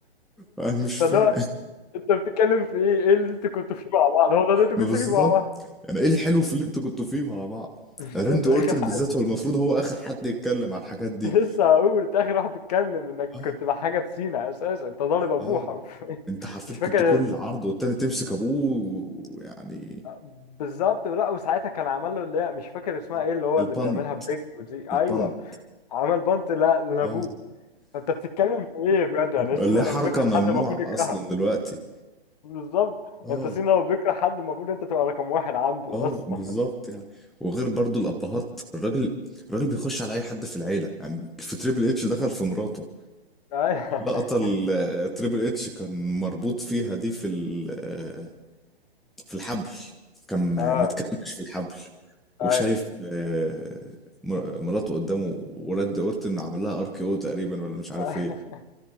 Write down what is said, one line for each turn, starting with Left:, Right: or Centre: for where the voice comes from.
Centre: انا مش فاهم
Left: فاللي هو انت بتتكلم في ايه؟ ايه اللي انت كنت فيه مع بعض؟ هو ده اللي انت كنت
Centre: ما بالظبط
Left: فيه مع بعض؟
Centre: يعني ايه الحلو في اللي انتوا كنتوا فيه مع بعض
Left: بالظبط
Centre: راندي
Left: اخر
Centre: اورتن
Left: حق...
Centre: بالذات
Left: <laughs>
Centre: هو المفروض هو اخر حد يتكلم على الحاجات دي
Left: لسه هقول انت اخر واحد تتكلم انك
Centre: اه
Left: كنت مع حاجه في سينا اساسا انت ضارب ابوه
Centre: اه
Left: حرفيا
Centre: انت حرفيا
Left: مش فاكر
Centre: كنت كل عرض والتاني تمسك ابوه ويعني
Left: بالظبط لا وساعتها كان عمل له اللي هي مش فاكر اسمها
Centre: آه.
Left: ايه اللي هو
Centre: البند
Left: اللي بيعملها برجله دي ايوه
Centre: البند
Left: عمل بنط لا لابوه
Centre: اه
Left: انت بتتكلم في ايه بجد يعني سينا
Centre: اللي هي
Left: لو
Centre: حركة
Left: بيكره
Centre: ممنوعة
Left: حد المفروض يكرهك
Centre: اصلا دلوقتي
Left: بالظبط
Centre: اه
Left: انت سينا لو بيكره حد المفروض انت تبقى رقم واحد عنده
Centre: اه
Left: اصلا
Centre: بالظبط
Left: <laughs>
Centre: يعني وغير برضو الابهات الراجل الراجل بيخش على اي حد في العيله يعني في تريبل اتش دخل في مراته
Left: ايوه
Centre: اللقطه اللي تريبل اتش كان مربوط فيها دي في ال- آه، في الحبل كان
Left: اه
Centre: متكلبش في الحبل وشايف
Left: ايوه
Centre: آه، مر- مراته قدامه وراندي اورتن عمل لها ار كي او تقريبا ولا مش
Left: <laughs>
Centre: عارف ايه